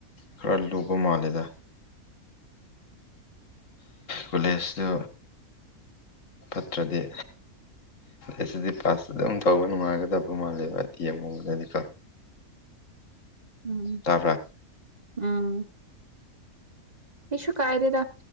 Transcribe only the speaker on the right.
ꯎꯝ
ꯎꯝ ꯏꯁꯨꯨ ꯀꯥꯏꯗꯦꯗ